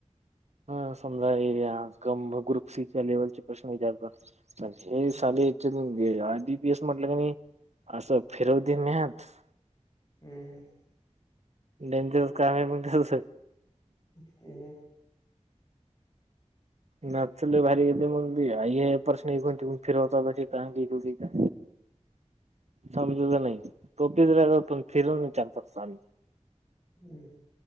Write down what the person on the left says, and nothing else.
हम्म
हम्,
ते, <unintelligible>
<unintelligible>
हम्म,